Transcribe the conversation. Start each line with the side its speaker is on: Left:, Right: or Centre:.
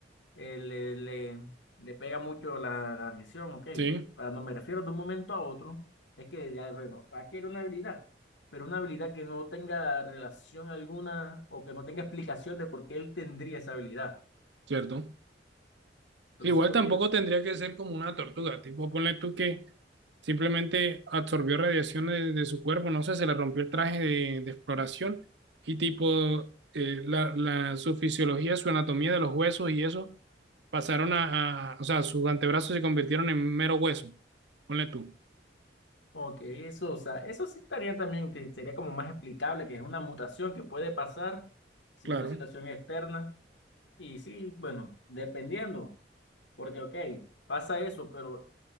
Left: eh, le, le- le pega mucho la la radiación, ok.
Right: sí,
Left: Cuando me refiero de un momento a otro, es que, ya, bueno, adquiere una habilidad, pero una habilidad que no tenga relación alguna o que no tenga explicación de por qué él tendría esa habilidad.
Right: cierto.
Left: Entonces
Right: Igual
Left: yo
Right: tampoco
Left: pienso,
Right: tendría que ser como una tortuga, tipo, ponle tú que Simplemente absorbió radiación de, de su cuerpo, no sé, se le rompió el traje de, de exploración y tipo eh, la, la, su fisiología, su anatomía de los huesos y eso pasaron a, a, o sea, sus antebrazos se convirtieron en mero hueso, ponle tú,
Left: ok, eso, o sea, eso sí estaría también, que sería como más explicable, que es una mutación que puede pasar sin
Right: claro.
Left: una situación externa. Y sí, bueno, dependiendo, porque, ok, pasa eso, pero...